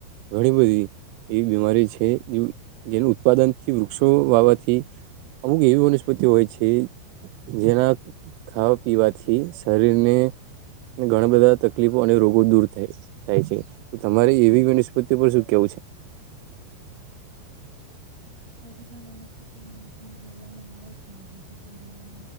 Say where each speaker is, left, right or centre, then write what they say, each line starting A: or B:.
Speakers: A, on the right; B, on the right.
A: ઘણી બધી એવી બીમારી છે જેનું ઉત્પાદનથી વૃક્ષો વાવાથી અમુક એવી વનસ્પતિ હોય છે જેના ખાવા પીવાથી શરીરને ઘણા બધા તકલીફો અને રોગો દૂર થાય થાય છે તો તમારે એવી વનસ્પતિ પર શું કેવું છે.
B: એ બધી પણ વનસ્પતિ ને જવામાં આવે છે જેથી કરીને